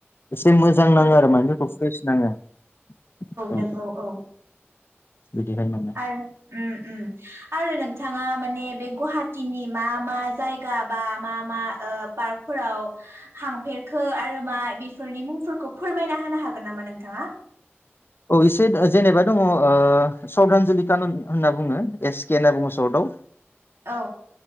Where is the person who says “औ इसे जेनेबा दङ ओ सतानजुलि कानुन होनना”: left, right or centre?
Left